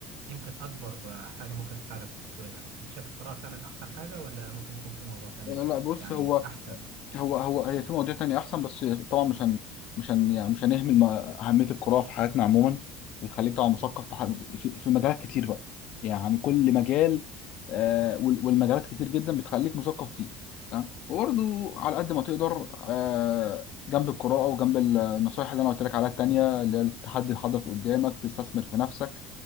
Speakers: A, on the right (about 85°); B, on the left (about 45°).
A: يمكن أكبر آه، حاجة ممكن تساعدك في تطوير النفس أنت شايف القراءة فعلا أحسن حاجة ولا ممكن يكون في موضوع تاني
B: أيوة. لا بص
A: يعني
B: هو
A: أحسن
B: هو هو هي في مواضيع تانية أحسن بس طبعا مش هن مش هن يعني مش هنهمل ما- أهمية القراءة في حياتنا عموما بتخليك طبعا مثقف في, ح- في, في مجالات كتير بقى يعني كل مجال آه وال- والمجالات كتير جدا بتخليك مثقف فيه تمام وبرضه على قد ما تقدر آه جنب القراءة وجنب النصائح اللي أنا قلت لك عليها التانية اللي هي التحدي الحدث قدامك تستثمر في نفسك